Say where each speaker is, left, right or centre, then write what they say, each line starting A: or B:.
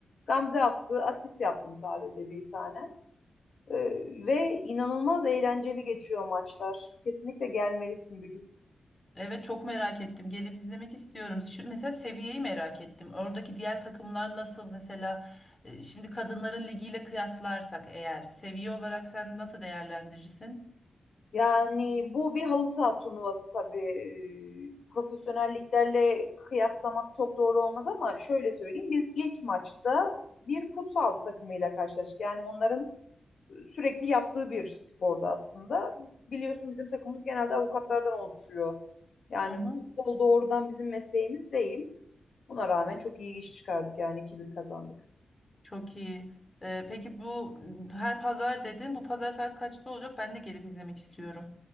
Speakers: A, on the left; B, on the left.
A: Gamze attı, asist yaptım sadece bir tane. Ee, ve inanılmaz eğlenceli geçiyor maçlar. Kesinlikle gelmelisin bir gün.
B: Evet çok merak ettim. Gelip izlemek istiyorum. Şu, mesela seviyeyi merak ettim. Oradaki diğer takımlar nasıl? Mesela e, şimdi kadınların ligiyle kıyaslarsak eğer seviye olarak sen nasıl değerlendirirsin?
A: Yani bu bir halı saha turnuvası tabii. Ee, profesyonelliklerle kıyaslamak çok doğru olmaz ama şöyle söyleyeyim, biz ilk maçta bir futsal takımıyla karşılaştık. Yani onların sürekli yaptığı bir spordu aslında. Biliyorsun bizim takımımız genelde avukatlardan oluşuyor. Yani
B: Hı hı.
A: futbol doğrudan bizim mesleğimiz değil. Buna rağmen çok iyi iş çıkardık yani iki bir kazandık.
B: Çok iyi. E, peki bu m, her pazar dedin. Bu pazar saat kaçta olacak? Ben de gelip izlemek istiyorum.